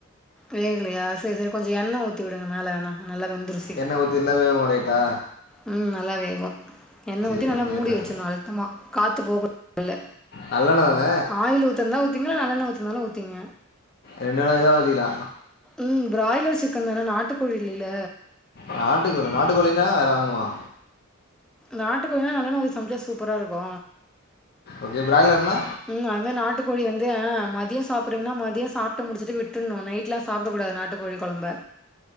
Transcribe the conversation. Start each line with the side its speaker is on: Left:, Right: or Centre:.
Centre: வேகலையா செரி செரி கொஞ்சோ எண்ண ஊத்தி விடுங்க மேல இன்னு நல்லா வெந்துரு
Left: எண்ண ஊத்தி இல்ல வேவுமா ரைட்டா
Centre: ம் நல்லா வேகு எண்ண‌
Left: சரி
Centre: ஊத்தி நல்லா
Left: கொஞ்சம்
Centre: மூடி
Left: எண்ணெய்
Centre: வச்சிர்ணு அழுத்தமா காத்து போக <inaudible> உள்ள
Left: நல்லண்ண தான
Centre: ஆயில் ஊத்துருந்தா ஊத்தீங்க நல்லண்ண ஊத்துனாலு ஊத்தீங்க
Left: ரெண்டுவேணா எதா ஊத்திக்கலா
Centre: ம் ப்ராய்லர் சிக்கன் தான நாட்டுக்கோழி இல்லில
Left: நாட்டுக்கோழி நாட்டுக்கோழின்னா வேற வாங்குணுமா
Centre: நாட்டு கோழினா நல்லெண்ண ஊத்தி சமைச்சா சூப்பரா இருக்கு
Left: ஓகே பிராய்லர்னா
Centre: ம் அது மேரி நாட்டுகோழி வந்து மதியோ சாப்புறீங்கன்னா மதியோ சாப்டு முடிச்சுட்டு விட்டுண்ணு நைட்ல சாப்டக்கூடாது நாட்டு கோழி கொழம்ப